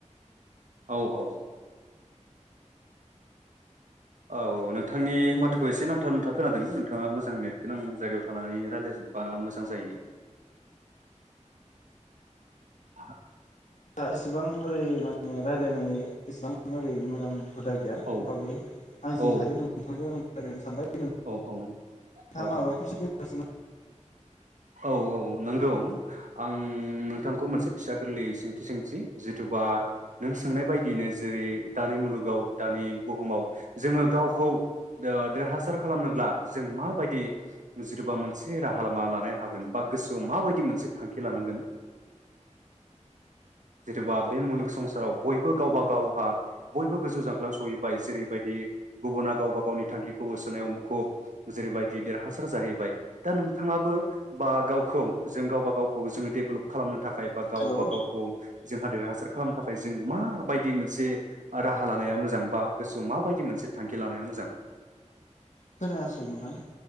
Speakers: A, on the right (about 80°); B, on the left (about 70°).
A: औ औ औ नोंथांनि माथोखौ एसे नांथाब नुथा खोनादों नोंथाङा मोजां नेट गोनां जायगायाव थानानै रायलायजोबबा मोजां जायो <unintelligible>
B: एसेबां ओरै माने रायलायनाय एसेबां ओरै मोजां हुदा गैया होमबाबो
A: औ
B: आं
A: औ
B: जि हायो नोंथांंदो रायलायनो सानबाय नोंथाङा
A: औ औ
B: माबाफोर
A: औ
B: <unintelligible>
A: औ औ नंगौ आं नोंथांखौ मोनसे फिसा गोरलै सोंथि सोंनोसै जिथुबा नों सोंनाय बायदियैनो जेरै दानि मुलुगाव दानि बुहुमाव जोङो गावखौ ओ देरहासार खालामनोब्ला जों माबायदि जिथुबा मोनसे राहा लामा लानाय हागोन बा गोसोआव माबायदि मोनसे थांखि लानांगोन जेन'बा बे मुलुग संसाराव बयबो गावबा गावहा बयबो गोजौ जांख्लायाव सहैबाय जेरैबायदि गुबुना गावबा गावनि थांखिखौ होसोनायाव मुखुब जेरैबायदि देरहासार जाहैबाय दा नोंथाङाबो बा गावखौ जों गावबा गावखौ जोङो डेभेलप खालामनो थाखाय बा गावबा
B: हेलौ
A: गावखौ जोंहा देरहासार खालामनो था जों माबायदि मोनसे राहा लानाया मोजां बा गोसोआव माबायदि मोनसे थांखि लानाया मोजां
B: खोनायासै नोंथां